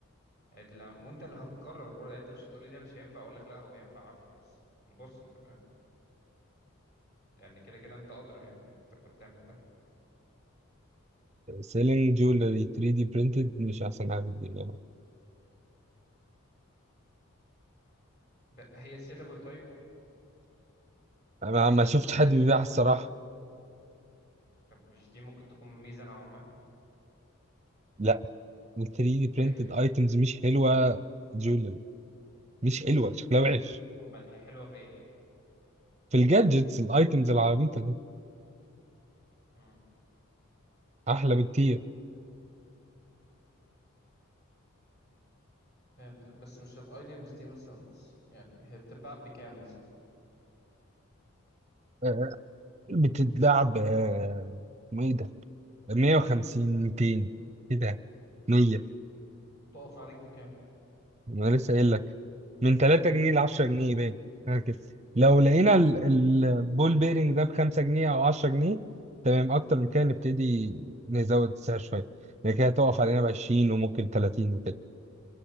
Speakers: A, on the left; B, on the right.
A: عدلة وانت اللي هتقرر برضه يعني انت مش هتقولي ده مش هينفع اقول لك لا هو هينفع عافية بس بص انت فاهم لان كده كده انت ادرى يعني انت اللي بتعمل ده
B: سيلينج جولري 3 دي برينتد مش أحسن حاجة في الدنيا
A: ب... هي سيلابل طيب
B: أنا ما شفت حد بيبيعها الصراحة
A: طب مش دي ممكن تكون ميزة نوعا ما
B: لا ال 3 دي برينتد
A: ليه
B: أيتمز مش حلوة جولري مش حلوة شكلها وحش
A: <laughs> امال هي حلوة في ايه
B: في الجادجتس الأيتمز العبيطة دي
A: مم.
B: أحلى بكتير
A: فهمتك بس مش الايتيمز دي مثلا س- يعني هي بتتباع بكام مثلا
B: آه، بتتلعب آه، اسمه إيه ده 150 200 كده 100
A: تقف عليك بكام
B: انا لسه قايل لك من 3 جنيه ل 10 جنيه باين حاجه كده لو لقينا ال- البول بيرنج ده ب 5 جنيه او 10 جنيه تمام اكتر من كده نبتدي نزود السعر شويه يعني كده هتقف علينا ب 20 وممكن 30 وكده